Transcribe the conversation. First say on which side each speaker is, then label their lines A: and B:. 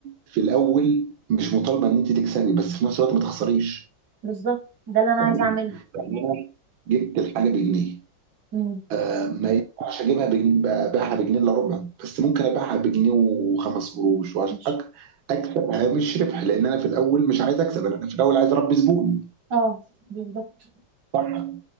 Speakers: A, on the right; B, on the right.
A: في الاول مش مطالبه ان انت تكسبي بس في نفس الوقت ما تخسريش
B: بالظبط ده اللي أنا
A: فاهماني؟
B: عايزة أعمله
A: يعني انا جبت الحاجه بجنيه
B: مم.
A: آه، ما ينفعش اجيبها بجنيه ابيعها بجنيه الا ربع بس ممكن ابيعها بجنيه وخمس قروش وعشان
B: ماشي
A: أك- اكسب هامش ربح لان انا في الاول مش عايز اكسب انا في الاول عايز اربي زبون
B: اه بالظبط
A: صح